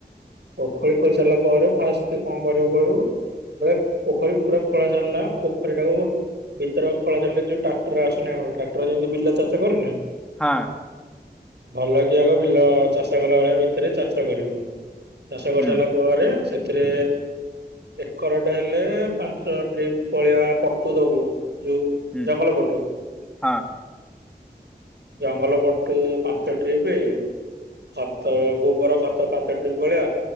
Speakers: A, on the right; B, in the centre.
A: ପୋଖରୀ ଖୋଳି ସାରିଲା ପରେ ଫାଷ୍ଟ କଣ କରିବୁ କହିବୁ ଯେତେବେଳେ ପୋଖରୀ ପୁରା ଖୋଳା ସାରିଲା ପୋଖରୀଟାକୁ ଭିତର ଖୋଳା ଛାଡିଲେ ଯଉ ଟ୍ରାକ୍ଟର ଆସୁନି ଆମର ଟ୍ରାକ୍ଟର ଯେମିତି ବିଲ ଚାଷ କରୁନି।
B: ହାଁ।
A: ଭଲ କି ଆଗ ବିଲ ଚାଷ କଲା ଭଳିଆ ଭିତରେ ଚାଷ କରିବୁ ଚାଷ କରିସାରିଲା
B: ହୁଁ
A: ପରେ ସେ ଏଥିରେ ଏକର ଟା ହେଲେ ପାଞ୍ଚ ଟ୍ରିପ ଭଳିଆ ପଟୁ ଦବୁ। ଯୋଉ
B: ହୁଁ
A: ଜଙ୍ଗଲ ପଟୁ।
B: ହଁ
A: ଜଙ୍ଗଲ ପଟୁ ପାଞ୍ଚ ଟ୍ରିପ। ଖତ ଗୋବର ଖତ ପାଞ୍ଚ ଟ୍ରିପ୍ ଭଳିଆ।